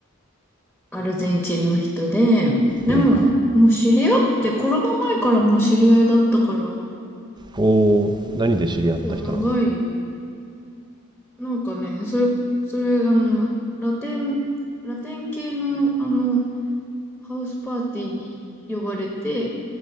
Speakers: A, in the centre; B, on the right (about 20°).
A: アルゼンチンの人で、でも、
B: うん。
A: もう知り合って、コロナ前からもう知り合いだったから、
B: おお何で知り合った人なの
A: 結構長い、なんかね、それ、それ、あの、ラテン、ラテン系の、あの、ハウスパーティーに呼ばれて